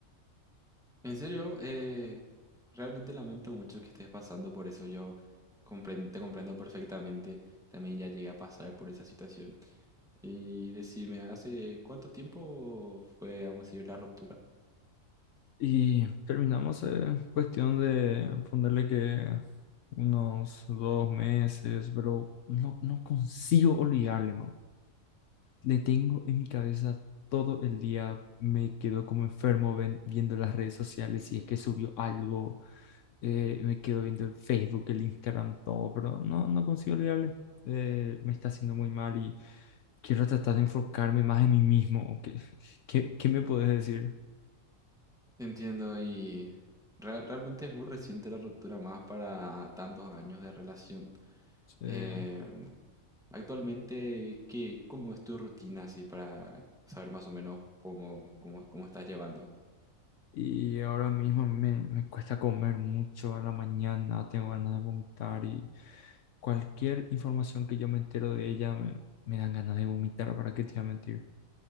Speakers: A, in the centre; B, on the left.
A: En serio, eh, realmente lamento mucho que estés pasando por eso. Yo compren- te comprendo perfectamente. También ya llegué a pasar por esa situación. Y decime, ¿hace cuánto tiempo fue, vamos a decir, la ruptura?
B: Y terminamos eh, cuestión de ponerle que unos dos meses, pero no, no consigo olvidarle, Le tengo en mi cabeza todo el día, me quedo como enfermo ven- viendo las redes sociales si es que subió algo, eh, me quedo viendo el Facebook, el Instagram, todo, pero no, no consigo olvidarle. Eh, me está haciendo muy mal y quiero tratar de enfocarme más en mí mismo. ¿Qué, <laughs> qué, qué me puedes decir?
A: Entiendo, y real- realmente es muy reciente la ruptura, más para tantos años de relación.
B: Eh,
A: Eh, actualmente, ¿qué, cómo es tu rutina así para saber más o menos cómo, cómo, cómo estás llevando?
B: Y ahora mismo a mí me, me cuesta comer mucho a la mañana, tengo ganas de vomitar y cualquier información que yo me entero de ella me, me dan ganas de vomitar, ¿para qué te voy a mentir?